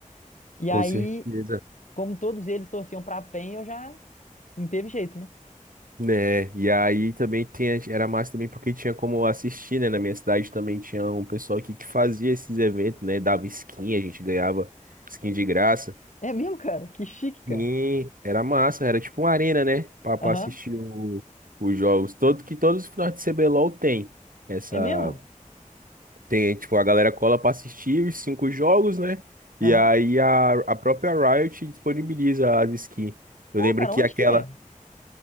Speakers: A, on the left; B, on the right.
A: E
B: com
A: aí,
B: certeza.
A: como todos eles torciam pra PEN, eu já não teve jeito, né?
B: Né, e aí também tinha, era massa também porque tinha como assistir, né? Na minha cidade também tinha um pessoal aqui que fazia esses eventos, né? Dava skin, a gente ganhava skin de graça.
A: É mesmo, cara? Que chique, cara.
B: E era massa, era tipo uma arena, né? Pra, pra
A: Aham.
B: assistir o- os jogos. Todo, que todos os finais de CBLOL tem. Essa.
A: É mesmo?
B: Tem, tipo, a galera cola pra assistir os cinco jogos, né?
A: Aham.
B: E aí a, a própria Riot disponibiliza as skins. Eu
A: Ô,
B: lembro
A: cara,
B: que
A: onde
B: aquela.
A: que é